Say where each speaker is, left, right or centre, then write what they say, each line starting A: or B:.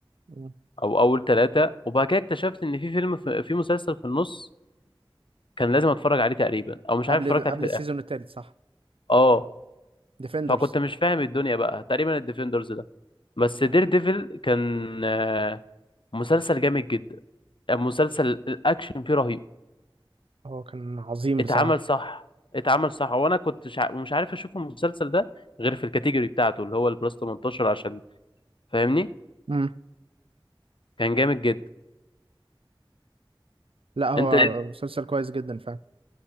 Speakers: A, on the right (about 85°); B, on the left (about 65°).
A: مم.
B: او اول ثلاثة وبعد كده اكتشفت ان في فيلم في مسلسل في النص كان لازم اتفرج عليه تقريبا او مش
A: قبل
B: عارف اتفرجت
A: قبل
B: عليه في
A: السيزون
B: الاخر
A: التالت صح
B: اه
A: ديفندرز
B: فكنت مش فاهم الدنيا بقى تقريبا الديفندرز ده بس دير ديفل كان آه، مسلسل جامد جدا آه، مسلسل الاكشن فيه رهيب
A: هو كان عظيم
B: اتعمل
A: بصراحة
B: صح اتعمل صح وانا كنت شع... مش عارف اشوف المسلسل ده غير في الكاتيجوري بتاعته اللي هو البلس 18 عشان فاهمني
A: امم
B: كان جامد جدا
A: لا هو
B: انت
A: مسلسل كويس جدا فعلا